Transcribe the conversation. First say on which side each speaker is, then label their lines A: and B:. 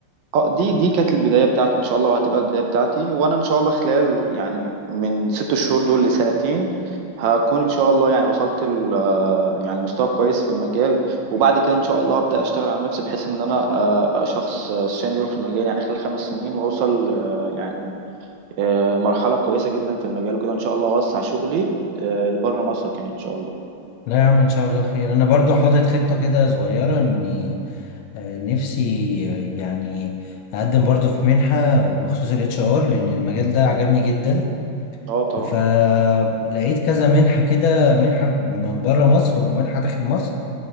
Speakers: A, on the right; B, on the left.
A: اه دي دي كانت البداية بتاعتي ان شاء الله وهتبقى البداية بتاعتي وانا ان شاء الله خلال يعني من ست شهور دول لسنتين هكون ان شاء الله يعني وصلت ل آه، يعني مستوى كويس في المجال وبعد كده ان شاء الله هبدأ اشتغل على نفسي بحيث ان انا آه، ابقى شخص سينيور في المجال يعني خلال خمس سنين واوصل آه، يعني آه، مرحلة كويسة جدا في المجال وكده ان شاء الله اوسع شغلي آه، لبره مصر كمان ان شاء الله
B: لا يا عم ان شاء الله خير انا برضو حاطط خطة كده صغيرة اني آه، نفسي آه، يعني اقدم برضو في منحة بخصوص الاتش ار لان المجال ده عجبني جدا
A: اه طبعا
B: فلقيت كذا منحة كده منحة من بره مصر ومنحة داخل مصر